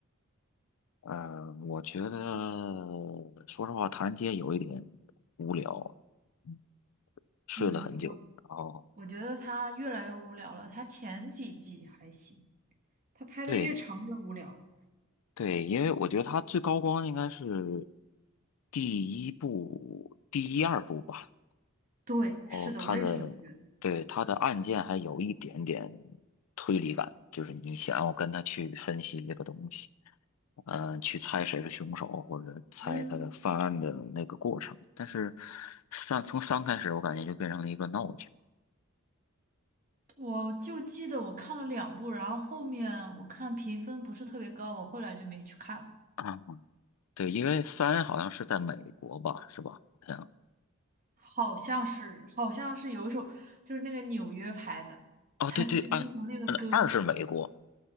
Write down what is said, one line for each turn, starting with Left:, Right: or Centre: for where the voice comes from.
Left: 呃，我觉得说实话，《唐人街》有一点无聊，嗯睡了很久。
Right: 嗯，我
Left: 然后
Right: 我觉得它越来越无聊了。它前几季还行，它拍的越长越无聊。
Left: 对对，因为我觉得它最高光应该是第一部、第一二部吧。
Right: 对，
Left: 哦，
Right: 是的，
Left: 他的，
Right: 我也是这么觉得。
Left: 对，他的案件还有一点点推理感，就是你想要跟他去分析这个东西，嗯、去猜谁是凶手，或者猜他的犯案的那个过程。
Right: 嗯，
Left: 但是三从三开始，我感觉就变成了一个闹剧
Right: 我就记得我看了两部，然后后面我看评分不是特别高，我后来就没去看了。
Left: 啊。对，因为三好像是在美国吧，是吧？好像
Right: 好像是，好像是有一首，就是那个纽约拍的，
Left: 哦，
Right: <laughs>
Left: 对对，
Right: 就那首那个歌，
Left: 二嗯二是美国，